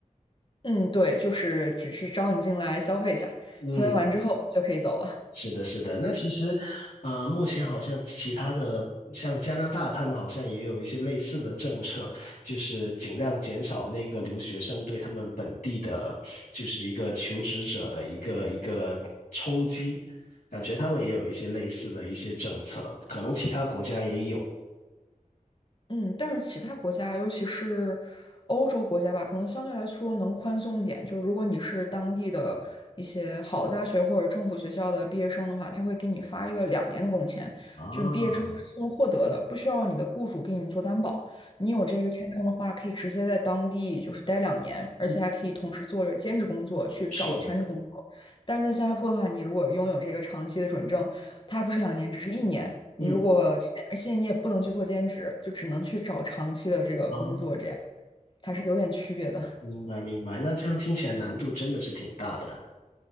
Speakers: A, on the left; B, on the left.
A: 嗯，对，就是只是招你进来消费一下，
B: 嗯。
A: 消费完之后就可以走了。
B: 是的，是的。那其实，呃，目前好像其他的，像加拿大，他们好像也有一些类似的政策，就是尽量减少那个留学生对他们本地的，就是一个求职者的一个一个冲击。感觉他们也有一些类似的一些政策，可能其他国家也有。
A: 嗯，但是其他国家，尤其是欧洲国家吧，可能相对来说能宽松一点。就如果你是当地的一些好的大学或者政府学校的毕业生的话，他会给你发一个两年的工签，
B: 啊啊，
A: 就你毕业之后是自动获得的，不需要你的雇主给你做担保。你有这个签证的话，可以直接在当地就是待两年，而且还可以同时做着兼职工作去找全职工作。
B: 嗯，是，
A: 但是在新加坡的话，你如果拥有这个长期的准证，它还不是两年，只是一年。
B: 嗯，
A: 你如果期间而且你也不能去做兼职，就只能去找长期的这个工作，
B: 啊，
A: 这样还是有点区别的。
B: 明白明白。那这样听起来难度真的是挺大的。